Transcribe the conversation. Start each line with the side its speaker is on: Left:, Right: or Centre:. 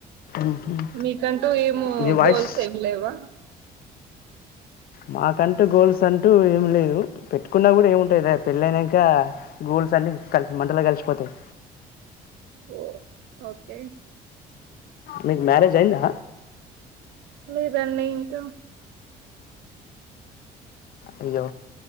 Left: మ్మ్.
Right: మీకంటూ ఏము
Left: మీ వాయిస్
Right: గోల్స్ ఏం లేవా
Left: మాకంటూ గోల్స్ అంటూ ఏం లేదు పెట్టుకున్న కూడా ఏముంటుందిద పెళ్ళయినంకా గోల్స్ అన్ని కలిసి మంటలో కలిసిపోతాయి
Right: ఓ ఓకే
Left: మీకు మ్యారేజ్ అయిందా
Right: లేదండి ఇంకా
Left: అయ్యో